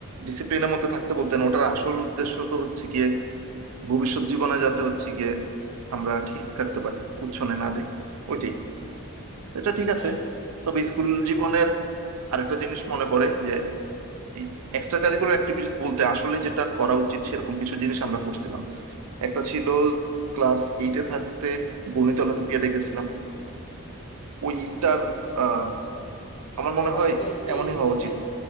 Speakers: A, on the right; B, on the left.
A: ডিসিপ্লিনের মধ্যে থাকতে বলতেন ওটার আসল উদ্দেশ্য তো হচ্ছে গিয়ে ভবিষ্যৎ জীবনে যাতে হচ্ছে গিয়ে আমরা ঠিক থাকতে পারি উচ্ছনে না যাই ওইটাই এটা ঠিক আছে
B: হ্যাঁ হ্যাঁ
A: তবে স্কুল জীবনের আরেকটা জিনিস মনে পড়ে যে এই এক্সট্রা কারিকুলার অ্যাক্টিভিটিস বলতে আসলে যেটা করা উচিত সেরকম কিছু জিনিস আমরা করছিলাম একটা ছিল ক্লাস এইটে থাকতে গণিত অলিম্পিয়াডে গেছিলাম ওইটার আহ আমার মনে হয়
B: অলিম্পিয়াড কি
A: এমনই হওয়া
B: তোমাদের
A: উচিত